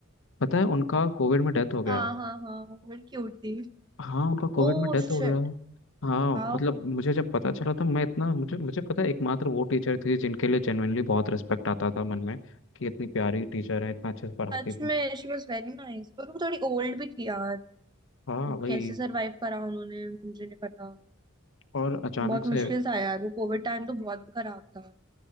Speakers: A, on the left; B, on the right.
A: पता है उनका कोविड में डेथ हो गया
B: हाँ हाँ हाँ बड़ी क्यूट थी
A: हाँ उनका कोविड
B: Oh
A: में डेथ
B: shit
A: हो गया हाँ
B: वाओ
A: मतलब मुझे जब पता चला था मैं इतना मुझे मुझे पता है एकमात्र वो टीचर थी जिनके लिए जेनुइनली बहुत रिस्पेक्ट आता था मन में कि इतनी प्यारी टीचर है इतना अच्छे से पढ़ाती
B: सच
A: थी
B: में शी वॉज वेरी नाइस पर वो थोड़ी ओल्ड भी थी यार
A: हाँ वही
B: कैसे सरवाइव करा उन्होंने मुझे नहीं पता
A: और अचानक
B: बहुत
A: से
B: मुश्किल था यार वो कोविड टाइम तो बहुत खराब था